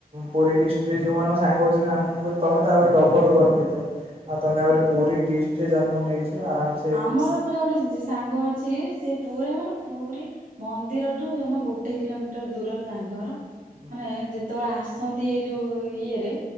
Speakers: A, on the right; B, on the right.
A: ପୁରୀ ଡିଷ୍ଟ୍ରିକ୍ଟ ଯୋଉ ମଙ୍କ ସାଙ୍ଗ ହଛି ନା ଆମେ ମୁଁ କହିଲି ତମେ ତା ଆହୁରି ଡବଲ ଗର୍ବିତ ଆଉ। ତମେ ଆହୁରି ପୁରୀ ଡିଷ୍ଟ ରେ ଜନ୍ମ ନେଇଛ ଆରାମସ
B: ଆମର ଉପରେ ଗୋଟେ ସେ ସାଙ୍ଗ ଅଛି ସେ ପୁରା ମାନେ ପୁରୀ ମନ୍ଦିରଠୁ ଜମା ଗୋଟେ କିଲୋମିଟର ଦୂରରେ ତାଙ୍କର ଘର
A: ହୁଁ ହୁଁ
B: ମାନେ ଯେତେବେଳେ ଆସନ୍ତି ଏଇ ଯୋଉ ଇଏରେ।